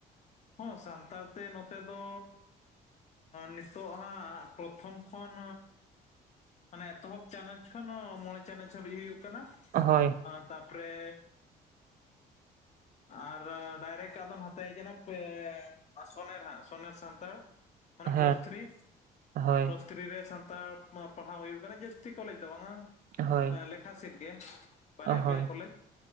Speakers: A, on the left; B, on the right.
A: ᱦᱮᱸ ᱥᱟᱱᱛᱟᱲ ᱛᱮ ᱱᱚᱛᱮ ᱫᱚ ᱱᱤᱛᱚᱜ ᱦᱟᱸᱜ ᱯᱨᱚᱛᱷᱚᱢ ᱠᱷᱚᱱ ᱢᱟᱱᱮ ᱮᱛᱚᱦᱚᱵ ᱪᱟᱱᱟᱪ ᱠᱷᱚᱱ ᱦᱚᱸ ᱢᱚᱬᱮ ᱪᱟᱱᱟᱪ ᱦᱟᱵᱤᱡ ᱦᱩᱭᱩᱜ ᱠᱟᱱᱟ
B: ᱦᱳᱭ
A: ᱛᱟᱯᱚᱨᱮ ᱟᱨ ᱰᱟᱭᱨᱮᱠᱴ ᱟᱫᱚ ᱱᱚᱛᱮ ᱦᱮᱡᱮᱱᱟ ᱥᱚᱱᱮᱨ ᱦᱟᱸᱜ ᱥᱚᱱᱮᱨ ᱥᱟᱱᱛᱟᱲ ᱢᱟᱱᱮ
B: ᱦᱮᱸ
A: ᱯᱞᱟᱥ ᱛᱷᱨᱤ
B: ᱦᱳᱭ
A: ᱛᱷᱨᱤ ᱨᱮ ᱥᱟᱱᱛᱟᱲ ᱯᱟᱲᱦᱟᱣ ᱦᱩᱭᱩᱜ ᱠᱟᱱᱟ ᱡᱥᱛᱤ ᱠᱚᱞᱮᱡᱽ ᱫᱚ ᱵᱟᱝᱟ
B: ᱦᱳᱭ
A: ᱟᱠᱷᱟ ᱥᱮᱫ ᱜᱮ ᱵᱟᱨᱭᱟ
B: ᱦᱳᱭ
A: ᱯᱮᱭᱟ ᱠᱚᱞᱮᱡᱽ